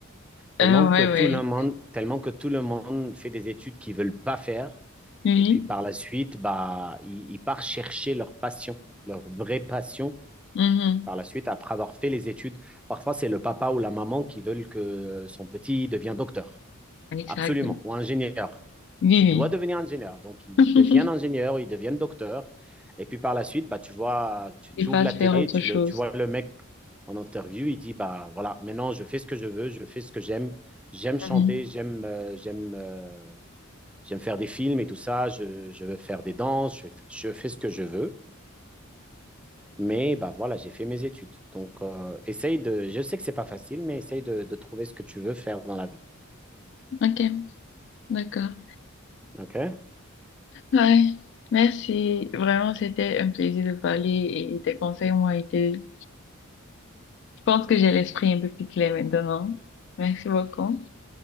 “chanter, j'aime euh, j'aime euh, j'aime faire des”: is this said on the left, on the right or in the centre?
Centre